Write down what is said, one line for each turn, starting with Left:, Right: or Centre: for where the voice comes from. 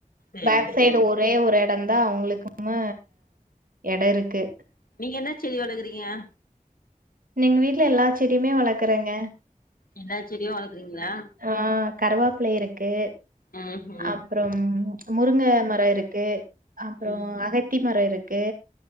Left: சேரி
Right: பேக் சைடு
Left: சரி
Right: ஒரே ஒரு எடந்தா அவங்களுக்கும எட இருக்கு
Left: நீங்க என்ன செடி வளகுறீங்க
Right: எங்க வீட்ல எல்லா செடியுமே வளக்குறங்க
Left: எல்லா செடியு வளக்குறீங்களா
Right: ஆ கருவாப்புல இருக்கு
Left: ம் ம்
Right: அப்புறம் முருங்க மரோ இருக்கு அப்பறோ
Left: ம்
Right: அகத்தி மரோ இருக்கு